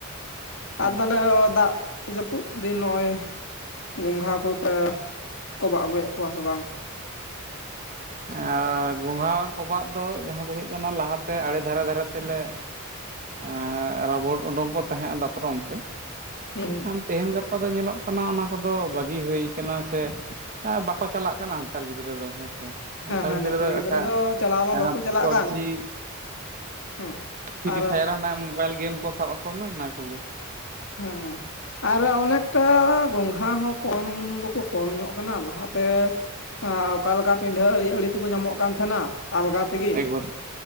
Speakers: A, on the left; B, on the right.
A: ᱟᱨ
B: ᱟᱪᱪᱷᱟ
A: ᱛᱟᱦᱚᱞᱮ ᱫᱟᱜ ᱡᱟᱹᱯᱩᱫ ᱫᱤᱱ ᱱᱚᱜᱼᱚᱭ ᱜᱚᱝᱜᱷᱟ ᱠᱚᱯᱮ ᱠᱚᱵᱟᱜ ᱟᱹᱜᱩᱭᱮᱫ ᱠᱚᱣᱟ ᱥᱮ ᱵᱟᱝ?
B: ᱮ ᱜᱚᱝᱜᱷᱟ ᱠᱚᱵᱟᱜ ᱫᱚ ᱡᱟᱦᱟᱸ ᱫᱚ ᱦᱩᱭᱩᱜ ᱠᱟᱱᱟ ᱞᱟᱦᱟᱛᱮ ᱟᱲᱮ ᱫᱷᱟᱨᱮ ᱫᱷᱟᱨᱮ ᱛᱮᱞᱮ ᱮᱻ ᱨᱟᱵᱚᱲ ᱩᱰᱩᱝ ᱠᱚ ᱛᱟᱦᱮᱸᱫ ᱫᱟᱛᱨᱚᱢ ᱛᱮ
A: ᱦᱩᱸ
B: ᱮᱠᱷᱟᱱ ᱛᱮᱦᱮᱧ ᱜᱟᱯᱟ ᱫᱚ ᱧᱮᱞᱚᱜ ᱠᱟᱱᱟ ᱚᱱᱟ ᱠᱚᱫᱚ ᱵᱟᱹᱜᱤ ᱦᱩᱭ ᱠᱟᱱᱟ ᱥᱮ ᱮᱸᱻ ᱵᱟᱠᱚ ᱪᱟᱞᱟᱜ ᱠᱟᱱᱟ ᱱᱮᱛᱟᱨ ᱜᱤᱫᱽᱨᱟᱹ ᱫᱚ ᱦᱮᱸᱥᱮ ᱾
A: ᱦᱮᱸ
B: ᱱᱮᱛᱟᱨ
A: ᱦᱮᱸ
B: ᱜᱤᱫᱽᱨᱟᱹ ᱫᱚ ᱮᱠᱟ
A: ᱪᱟᱞᱟᱣ ᱢᱟ
B: ᱮᱫᱚᱢ
A: ᱵᱟᱠᱚ ᱪᱟᱞᱟᱜ
B: ᱯᱟᱵᱽᱡᱤ
A: ᱠᱟᱱ ᱦᱮᱸ
B: ᱯᱷᱨᱤ
A: ᱟᱨ
B: ᱯᱷᱟᱭᱟᱨ ᱦᱟᱱᱮ ᱢᱳᱵᱟᱭᱤᱞ ᱜᱮᱢ ᱠᱚ ᱥᱟᱵ ᱟᱠᱚ ᱢᱮ ᱚᱱᱟ ᱠᱚᱜᱮ ᱾
A: ᱦᱮᱸ ᱾ ᱟᱨ ᱚᱱᱮᱠᱴᱟ ᱜᱚᱝᱜᱷᱟ ᱦᱚᱸ ᱠᱚᱢ ᱫᱚᱠᱚ ᱠᱚᱢ ᱧᱚᱜ ᱠᱟᱱᱟ ᱞᱟᱦᱟᱛᱮ ᱟᱸ ᱚᱠᱟᱞᱮᱠᱟ ᱯᱤᱰᱷᱟᱹ ᱟᱹᱲᱤ ᱟᱹᱲᱤ ᱛᱮᱠᱚ ᱧᱟᱢᱚᱜ ᱠᱟᱱ ᱛᱟᱦᱮᱱᱟ ᱾ ᱟᱞᱜᱟ ᱛᱤᱜᱤ
B: ᱮᱠᱵᱟᱨ